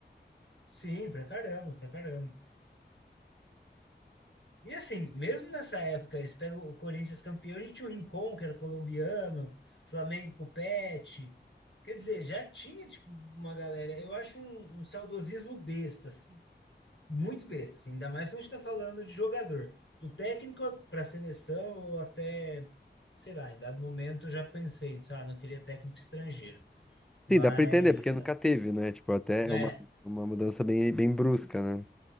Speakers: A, on the left (about 85°); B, in the centre.
A: Sim, pra caramba, pra caramba. E assim, mesmo nessa época, eles pegam o Corinthians campeão, a gente tinha o Rincon, que era colombiano, Flamengo com o Pet. Quer dizer, já tinha, tipo, uma galera. Eu acho um, um saudosismo besta, assim. Muito besta, assim. Ainda mais quando a gente tá falando de jogador. O técnico para seleção, eu até, sei lá, em dado momento eu já pensei, sabe, não queria técnico estrangeiro.
B: Sim,
A: Mas,
B: dá pra entender, porque nunca teve, né? Tipo, até
A: é,
B: é uma, uma mudança bem, bem brusca, né?